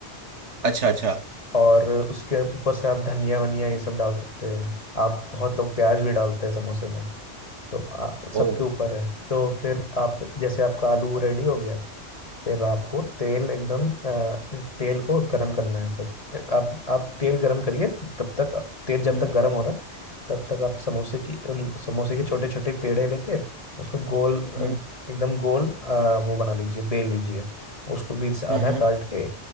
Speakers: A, on the right; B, on the left.
A: अच्छा अच्छा
B: और उसके ऊपर से आप धनिया वनिया ये सब डाल सकते हैं आप बहुत लोग प्याज भी डालते हैं समोसे में तो आ- सबके
A: ओ
B: ऊपर है तो फिर आप जैसे आपका आलू रेडी हो गया फिर आपको तेल एकदम अ, तेल को गर्म करना है फिर आप आप तेल गर्म करिए तब तक तेल जब
A: हम्म
B: तक गर्म हो रहा है तब तक आप समोसे की समोसे के छोटे छोटे पेड़े लेके उसको गोल अ,
A: हम्म
B: एकदम गोल अ, वो बना लीजिए बेल लीजिए उसको बीच से
A: हम्म
B: आधा काट के